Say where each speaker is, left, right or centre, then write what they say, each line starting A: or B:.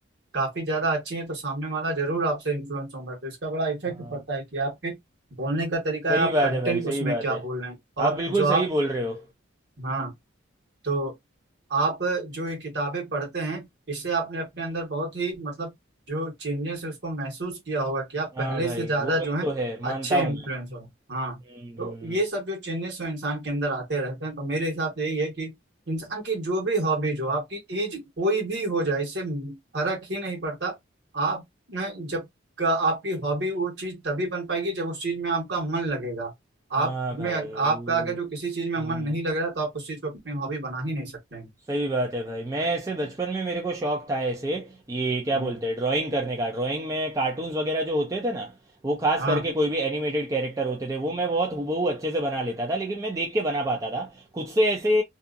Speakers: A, on the right (about 55°); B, on the right (about 15°).
A: काफी ज्यादा अच्छी हैं तो सामने वाला जरूर आपसे इन्फ्लुएंस होगा तो इसका बड़ा इफेक्ट
B: हाँ
A: पड़ता है कि आपके बोलने का तरीका
B: सही
A: है आप
B: बात
A: कंटेंट
B: है भाई सही
A: उसमें
B: बात
A: क्या
B: है
A: बोल रहे हैं और
B: आप बिल्कुल
A: जो आप
B: सही बोल रहे हो
A: हाँ तो आप जो ये किताबें पढ़ते हैं इससे आपने अपने अंदर बहुत ही मतलब जो चेंजेस है उसको महसूस किया होगा कि आप
B: हाँ
A: पहले
B: भाई
A: से ज्यादा
B: वो बात
A: जो है
B: तो है मानता
A: अच्छे
B: हूँ
A: इन्फ्लुएंस
B: मैं
A: हो हाँ
B: हम्म,
A: तो
B: हम्म, हम्म।
A: ये सब जो चेंजेस हो इंसान के अंदर आते रहते हैं तो मेरे हिसाब से यही है कि इंसान की जो भी हॉबीज हो आपकी एज कोई भी हो जाए इससे फर्क ही नहीं पड़ता आप न, जब का आपकी हॉबी वो चीज तभी बन पाएगी जब उस चीज में आपका मन लगेगा
B: हाँ
A: आप
B: भाई
A: में आपका
B: वो
A: अगर जो किसी चीज में
B: हम्म
A: मन नहीं लग रहा तो आप उस चीज को अपनी हॉबी बना ही नहीं सकते हैं
B: सही बात है भाई मैं ऐसे बचपन में मेरे को शौक था ऐसे ये क्या
A: हम्म,
B: बोलते हैं ड्राइंग करने का ड्राइंग में कार्टून्स वगैरह जो होते थे ना वो खास
A: हाँ
B: करके कोई भी एनिमेटेड कैरेक्टर होते थे वो मैं बहुत हूबहू अच्छे से बना लेता था लेकिन मैं देख के बना पाता था खुद से ऐसे